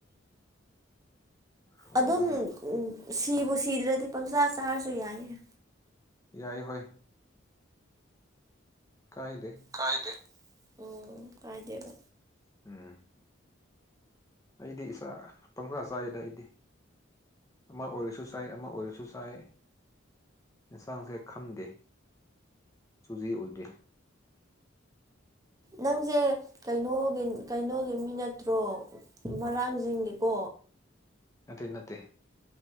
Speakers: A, on the left (about 15°); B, on the right (about 20°).
A: ꯍꯥꯎꯕꯅ
B: ꯑꯗꯨꯝ ꯁꯤꯕꯨ ꯁꯤꯗ꯭ꯔꯗꯤ ꯄꯪꯆꯥꯥ ꯆꯥꯔꯁꯨ ꯌꯥꯏꯌꯦ
A: ꯌꯥꯏ ꯍꯣꯏ ꯀꯥꯏꯗꯦ
B: ꯀꯥꯏꯗ ꯑꯣ ꯀꯥꯏꯗꯦꯕ
A: ꯎꯝ ꯑꯩꯗꯤ ꯏꯥ ꯄꯪꯆꯥ ꯆꯥꯏꯒꯗ ꯑꯩꯗꯤ ꯑꯃ ꯑꯣꯏꯔꯁꯨ ꯁꯥꯏ ꯑꯃ ꯑꯣꯏꯔꯁꯨ ꯁꯥꯏ ꯑꯦꯟꯁꯥꯡꯁꯦ ꯈꯝꯗꯦ ꯁꯨꯖꯤ ꯑꯣꯏꯗꯦ
B: ꯅꯪꯁꯦ ꯀꯩꯅꯣꯒꯤ ꯀꯩꯅꯣꯒꯤ ꯃꯤ ꯅꯠꯇ꯭ꯔꯣ ꯃꯔꯥꯡꯁꯤꯡꯒꯤꯀꯣ
A: ꯅꯠꯇꯦ ꯅꯠꯇꯦ